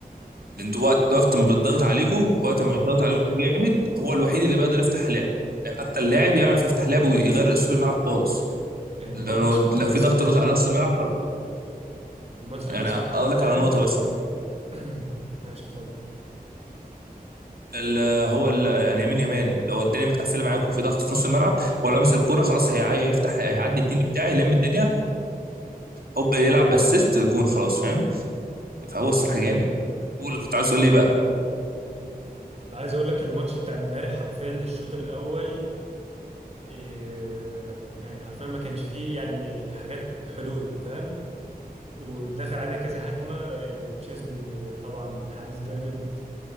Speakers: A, on the right; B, on the right.
A: لان انتوا وقت وقت
B: ال
A: ما بتضغط
B: ال
A: عليكم وقت ما بتضغط عليكم جامد هو الوحيد اللي بيقدر يفتح لعب لان اكتر لاعب يعرف يفتح لعب ويغير اسلوب الملعب خالص
B: الماتش
A: لو لو
B: اللي انا
A: في
B: سمعته
A: ضغط نص على نص الملعب خلاص.
B: الماتش اللي
A: يعني
B: انا سمعته
A: اقول
B: امبارح
A: لك على نقطه بس
B: <clears throat> ماشي اتفضل
A: ال- هو ال- يعني يمين يمال لو الدنيا متقفله معاك وفي ضغط في نص الملعب هو لمس الكوره خلاص هيع- هيفتح هيعدي اتنين بتاعي يلم الدنيا هوب يلعب اسيست جون خلاص فاهم فهو الصراحه جامد قول اللي كنت عايز تقول لي إيه بقى
B: عايز اقول لك الماتش بتاع امبارح حرفيا الشوط الاول إيه يعني حرفيا ما كانش فيه يعني حاجات حلول فاهم ودخل علينا كذا هجمه إيه تشيزني طبعا حارس جامد